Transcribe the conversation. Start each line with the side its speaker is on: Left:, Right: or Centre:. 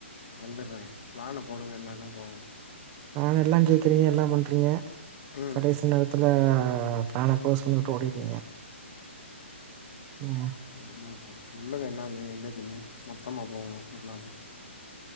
Left: வந்துடுறெ பிளான போடுங்க என்னானு போவோ
Right: பிளான்லா கேக்குறீங்க எல்லா பண்றீங்க
Left: ம்
Right: கடைசி சி நேரத்துல பிளான குளோஸ் பண்ணிவிட்டு ஓடிறீங்க ம்
Left: ஆமா ப்ரோ சொல்லுங்க என்னன்னு என்னைக்குனு மொத்தமா போவோ ஒரு நாளு